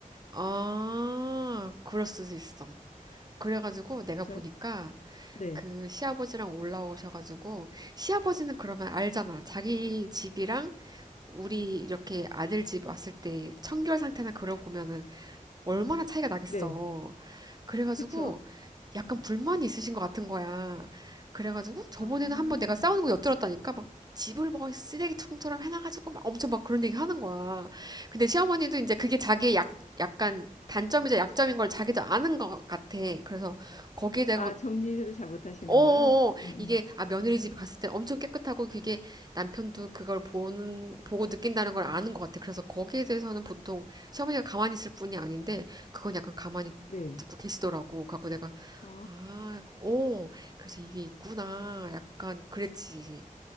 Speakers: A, on the right; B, on the left.
A: 아, 그럴 수도 있어. 그래가지고 내가
B: 그쵸?
A: 보니까
B: 네,
A: 그 시아버지랑 올라오셔가지고 시아버지는 그러면 알잖아. 자기 집이랑 우리 이렇게 아들 집 왔을 때 청결 상태나 그런 거 보면은 얼마나 차이가 나겠어.
B: 네,
A: 그래가지고
B: 그쵸?
A: 약간 불만이 있으신 것 같은 거야. 그래가지고 저번에는
B: 아,
A: 한번 내가 싸우는 거 엿들었다니까 막 집을 뭐 쓰레기통처럼 해놔가지고 막 엄청 막 그런 얘기 하는 거야. 근데 시어머니도 이제 그게 자기의 약, 약간 단점이자 약점인 걸 자기도 아는 것 같아. 그래서 거기에 대해서
B: 아 정리를 잘 못하시는
A: 어,
B: 거요? 음,
A: 이게, 아, 며느리
B: 음. 음.
A: 집 갔을 때 엄청 깨끗하고 그게 남편도 그걸 보는, 보고 느낀다는 걸 아는 것 같아. 그래서 거기에 대해서는 보통 시어머니가 가만히 있을 뿐이 아닌데, 그건 약간 가만히
B: 네.
A: 듣고 계시더라고. 갖고 내가,
B: 아,
A: 아, 어, 그래서 이게 있구나. 약간 그랬지.